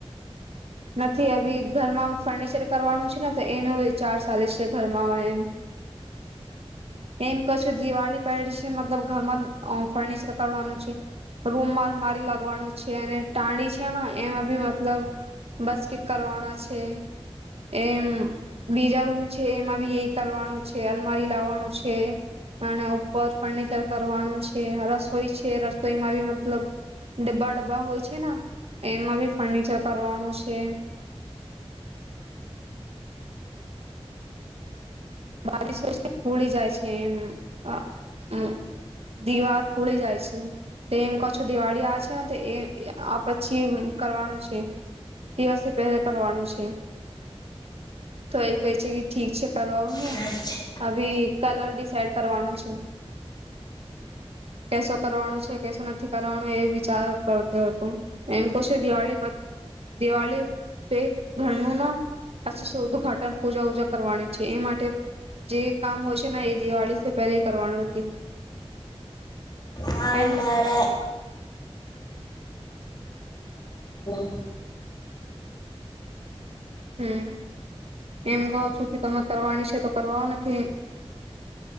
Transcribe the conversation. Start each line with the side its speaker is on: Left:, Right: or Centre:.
Right: નથી અભી ઘરમાં ફર્નિચર કરવાનું છે ને તો એનુંચાર ચાલે છે ઘરમાં એમ. એમ કઉં છું દિવાળી પહેલી છે મતલબ ઘરમાં ફર્નિચર કરવાનું છે. રૂમમાં મારી લાગવાનો છે અને ટાંડી છે ને એમાં બી મતલબ બસકીટ કરવાના છે એમ. બીજા રૂમ છે એમાં બી એ કરવાનું છે. અલમારી લાવવાનું છે. અને ઉપર ફર્નિચર કરવાનું છે, રસોઈ છે રસોઈમાં બી મતલબ ડબ્બા ડબ્બા હોય છે ને એમાં બી ફર્નિચર કરવાનું છે. બારીસ હોય છે. ખૂળી જાય છે એમ આ હમ દિવાર પોડી જાય છે. તે એમ કહું છું દિવાળી આવે છે ને તો એ આ પછી કરવાનું છે. દિવસે પહેલા કરવાનું છે. તો એ કહે છે કે ઠીક છે કરવાવુ ને
Left: છે અચ્છા
Right: હવે કલર ડિસાઈડ કરવાનું છે. કેસો કરવાનું છે કેસો નથી કરવાનું એ વિચાર કરતો હતો. એમ કુસી દિવાળી પછ દિવાળી ઘરનું ના ઉદઘાટન પૂજા વુજા કરવાની છે એ માટે જે કામ હોય છે ને એ દિવાળી પહેલે કરવાનું હતે.
Left: હા રે
Right: એમ
Left: મારા <inaudible>
Right: હમ એમ કઉ છું કે તમે કરવાની છે તો કરવા નથી.